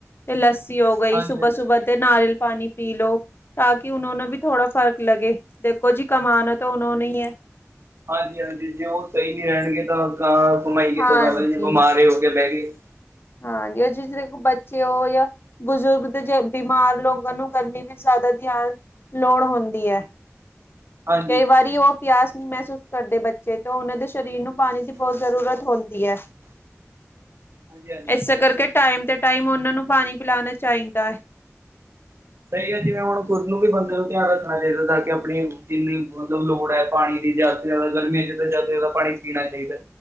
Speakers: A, on the left; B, on the right.
A: ਤੇ ਲੱਸੀ ਹੋ ਗਈ
B: ਹਾਂਜੀ-ਹਾਂਜੀ।
A: ਸੁਬਾਹ ਸੁਬਾਹ ਤੇ ਨਾਰੀਅਲ ਪਾਣੀ ਪੀ ਲੋ। ਤਾਂ ਕੀ ਉਹ ਨੂੰ ਵੀ ਥੋੜਾ ਫ਼ਰਕ ਲੱਗੇ ਦੇਖੋ ਜੀ ਕਮਾਉਣਾ ਤਾਂ ਉਹਣੇ ਹੀ ਹੈ।
B: ਹਾਂਜੀ ਹਾਂਜੀ ਜੇ ਉਹ ਸਹੀ ਨੀ ਰਹਿਣਗੇ ਤਾਂ ਕਮਾਈਏ
A: ਹਾਂਜੀ
B: ਤੋਂ ਪਹਿਲਾਂ ਜੇ ਬਿਮਾਰ ਹੋ ਕੇ ਬਹਿ ਗਏ।
A: ਹਾਂਜੀ ਉਹ ਚੀਜ਼ ਦੇਖੋ ਬੱਚੇ ਹੋ ਜਾਂ। ਬਜ਼ੁਰਗ ਤੇ ਬਿਮਾਰ ਲੋਕਾਂ ਨੂੰ ਗਰਮੀ ਵਿੱਚ ਜ਼ਿਆਦਾ ਧਿਆਨ ਲੋੜ ਹੁੰਦੀ ਏ।
B: ਹਾਂਜੀ,
A: ਕਈ ਵਾਰੀ ਉਹ ਪਿਆਸ ਨਹੀਂ ਮਹਿਸੂਸ ਕਰਦੇ ਬੱਚੇ, ਤੇ ਉਹਨਾਂ ਦੇ ਸਰੀਰ ਨੂੰ ਪਾਣੀ ਦੀ ਬਹੁਤ ਜ਼ਰੂਰਤ ਹੁੰਦੀ ਹੈ।
B: ਹਾਂਜੀ-ਹਾਂਜੀ।
A: ਇਸੇ ਕਰਕੇ ਟਾਈਮ ਤੇ ਟਾਈਮ ਉਹਨਾ ਨੂੰ ਪਾਣੀ ਪਿਲਾਉਣਾ ਚਾਹੀਦਾ ਹੈ।
B: ਸਹੀ ਹੈ ਜਿਵੇਂ ਹੁਣ ਖੁਦ ਨੂੰ ਵੀ ਬੰਦੇ ਨੂੰ ਧਿਆਨ ਰੱਖਣਾ ਚਾਹੀਦਾ ਤਾਂ ਕਿ, ਆਪਣੀ ਜਿੰਨੀ ਮਤਲਬ ਲੋੜ ਹੈ ਪਾਣੀ ਜ਼ਿਆਦਾ ਤੋਂ ਜ਼ਿਆਦਾ ਗਰਮੀਆਂ 'ਚ ਤਾਂ ਜ਼ਿਆਦਾ ਤੋਂ ਜ਼ਿਆਦਾ ਪਾਣੀ ਪੀਣਾ ਚਾਹੀਦਾ,